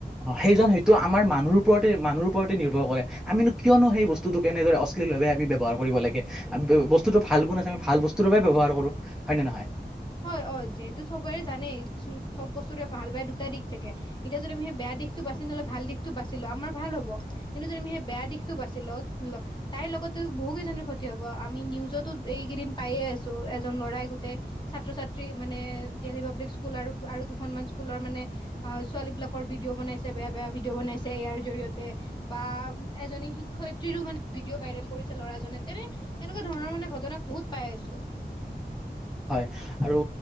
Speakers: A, in the centre; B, on the left.
A: অ' সেইজন হয়তো আমাৰ মানুহ ওপৰতে মানুহ ওৰতে নিৰ্ভৰ কৰে আমিনো কিয়নো সেই বস্তুতোক কেনেদৰে অশ্লিলভাৱে ব্যৱহাৰ কৰিব লাগে বস্তুতটো ভালগুণ আছে আমি ভাল বস্তুৰ বাবে ব্যৱহাৰ কৰো, হয় নে নহয়?
B: হয়। অ', যিহেতু চবেৰে জানেই কিছুমান চব বস্তুৰে ভাল-বেয়া দুটা দিশ থাকে। এতিয়া যদি আমি হেই বেয়া দিশটো বাচি নলৈ ভাল দিশটো বাচি লওঁ আমাৰ ভাল হ'ব। কিন্তু যদি আমি হেই বেয়া দিশটো বাছি লওঁ ল তাইৰ লগতেও বহু কেইজনী ক্ষতি হ'ব। আমি নিউজতো এইকেইদিন পায়ে আছো এজন ল'ৰাই গো কোতে ছাত্ৰ-ছাত্ৰী মানে দিল্লী পাব্লিক স্কুল আৰু, আৰু দুখনমান স্কুলৰ মানে ছোৱালী বিলাকৰ ভিদিঅ' ভিদঅ' বনাইছে, বেয়া-বেয়া ভিদিঅ' বনাইছে এ আই ৰ জৰিয়তে। বা এজনী শিক্ষয়ত্ৰীৰো মানে ভিদিঅ' ভা ভাইৰেল কৰিছে ল'ৰাজনে। তেনে তেনেকুৱা ধৰণৰ মানে ঘটনা বহুত পাই আছোঁ।
A: হয় আৰু